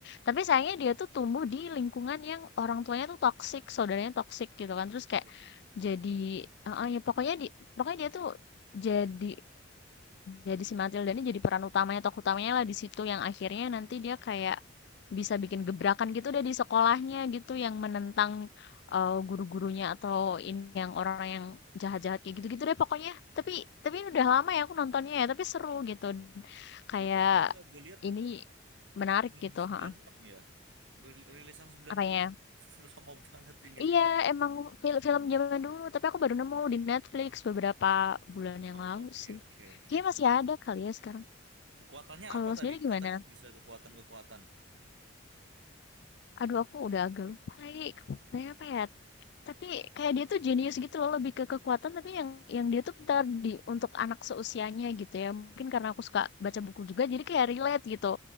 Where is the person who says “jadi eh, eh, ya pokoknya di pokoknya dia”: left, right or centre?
Left